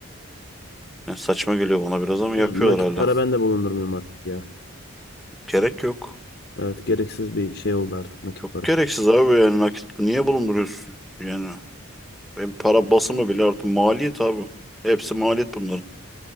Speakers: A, in the centre; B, on the left.
A: Yani saçma geliyor bana biraz ama
B: Yani
A: yapıyorlar
B: nakit
A: hala.
B: para ben de bulundurmuyorum artık ya.
A: Gerek yok.
B: Evet gereksiz bir şey oldu artık nakit
A: Çok
B: para.
A: gereksiz abi yani nakit niye bulunduruyorsun? Yani hem para basımı bile artık maliyet abi. Hepsi maliyet bunların.